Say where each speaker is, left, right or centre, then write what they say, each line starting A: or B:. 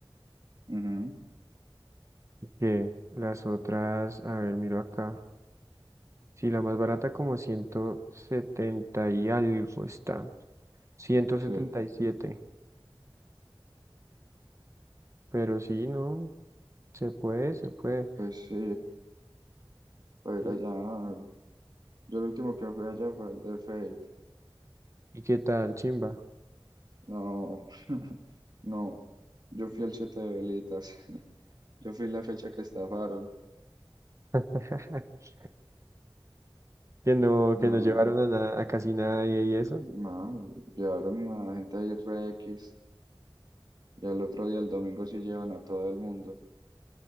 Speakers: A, on the right; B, on the right.
A: Ujú,
B: que las otras, a ver, miro acá, sí, la más barata como 170 y algo está, ciento
A: Sí.
B: setenta y siete pero sí, no, se puede, se puede.
A: Pues sí, para
B: Sí.
A: ir allá. Yo el último que fui allá fue el de Fate.
B: ¿Y qué tal, chimba?
A: No, <laughs> no. Yo fui el siete de velitas. <laughs> Yo fui la fecha que estafaron.
B: <laughs> Que no,
A: No,
B: que nos llevaron a, na- a casi nadie y eso.
A: no. Llevaron a gente de re X. Y al otro día, el domingo, sí llevan a todo el mundo.